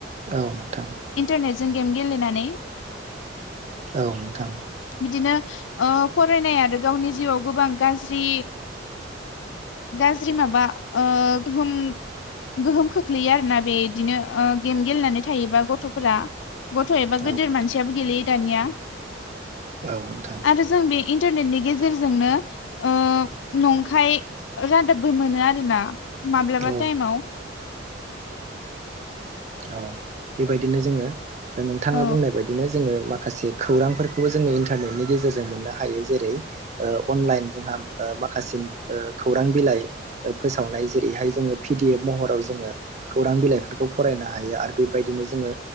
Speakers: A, on the right; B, on the left.
A: औ नोंथां
B: इन्टारनेटजों गेम गेलेनानै
A: औ नोंथां।
B: बिदिनो ओ फरायनाय आरो गावनि जिउआव गोबां गाज्रि गाज्रि माबा ओ गोहोम गोहोम खोख्लैयो आरोना बे इदिनो गेम गेलेनानै थायोबा गथ'फोरा गथ' एबा
A: औ
B: गदिर
A: नोंथां
B: मानसियाबो गेलेयो दानिया
A: औ नोंथां।
B: आरो जों बे इन्टारनेटनि गेजेरजोंनो ओ नंखाय रादाबबो मोनो आर ना माब्लाबा
A: नोंथां
B: टाइमाव
A: औ बेबायदिनो जोङो नोंथाङा
B: औ
A: बुंनाय बायदिनो जोङो माखासे खौरांफोरखौबो जोङो इन्टारनेटनि गेजेरजों मोननो हायो जेरै ओ अनलाइन जोंहा माखासे ओ खौरां बिलाइ फोसावनाय जेरैहाय जोङो पिडि एफ महराव जोङो खौरां बिलाइफोरखौ फरायनो हायो आरो बेबायदिनो जोङो